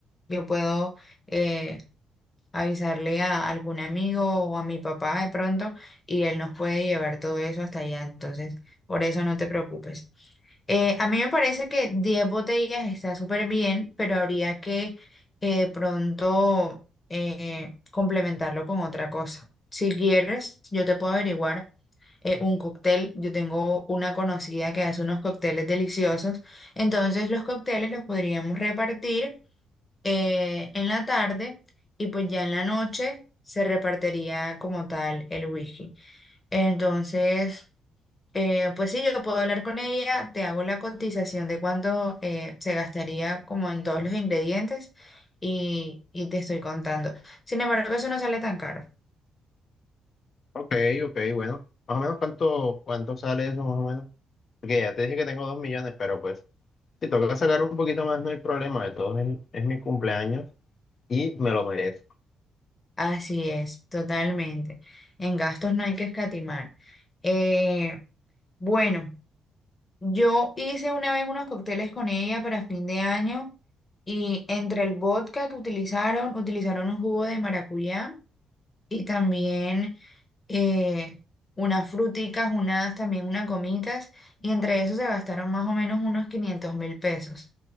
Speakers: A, on the left; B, on the left.
A: Yo puedo eh, avisarle a algún amigo o a mi papá de pronto y él nos puede llevar todo eso hasta allá. Entonces, por eso no te preocupes. Eh, a mí me parece que 10 botellas está súper bien, pero habría que eh, pronto eh, complementarlo con otra cosa. Si quieres, yo te puedo averiguar eh, un cóctel. Yo tengo una conocida que hace unos cócteles deliciosos. Entonces, los cócteles los podríamos repartir eh, en la tarde y pues ya en la noche se repartiría como tal el whisky. Entonces, eh, pues sí, yo puedo hablar con ella, te hago la cotización de cuánto eh, se gastaría como en todos los ingredientes y, y te estoy contando. Sin embargo, eso no sale tan caro.
B: Ok, ok, bueno. Más o menos cuánto, cuánto sale eso, más o menos. Porque ya te dije que tengo dos millones, pero pues si toca sacar un poquito más, no hay problema. De todos es, es mi cumpleaños y me lo merezco.
A: Así es, totalmente. En gastos no hay que escatimar. Eh, bueno. Yo hice una vez unos cócteles con ella para fin de año y entre el vodka que utilizaron, utilizaron un jugo de maracuyá y también eh, unas fruticas, unas también unas gomitas y entre eso se gastaron más o menos unos quinientos mil pesos.